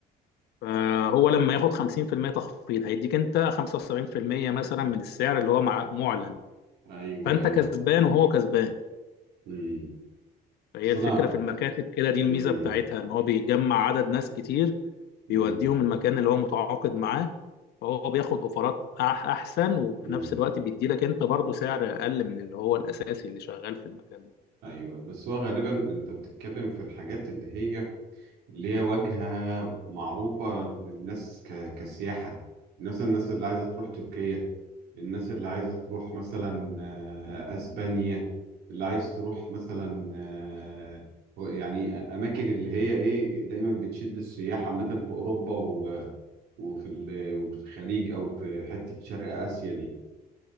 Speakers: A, on the left; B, on the right.
A: فهو لما ياخد 50% تخفيض هيديك انت 75% مثلا من السعر اللي هو مع معلن
B: أيوه
A: فانت
B: أيوه
A: كسبان وهو كسبان
B: امم
A: فهي
B: بس
A: الفكره
B: أنا
A: في المكاتب كده دي الميزه
B: امم
A: بتاعتها ان هو بيجمع عدد ناس كتير
B: امم
A: بيوديهم المكان اللي هو متعاقد معاه فهو بياخد اوفرات أح- احسن وفي
B: امم
A: نفس الوقت بيدي لك انت برضه سعر اقل من اللي هو الاساسي اللي شغال في المكان ده
B: أيوه بس هو غالبا أنت بتتكلم في الحاجات اللي هي ليها واجهة معروفة للناس ك... كسياحة مثلا الناس اللي عايزة تروح تركيا الناس اللي عايزة تروح مثلا آه، أسبانيا اللي عايز تروح مثلا آه، هو- يعني أماكن اللي هي إيه دايما بتشد السياح عامة في أوروبا و... وفي ال... وفي الخليج أو في حتة شرق آسيا دي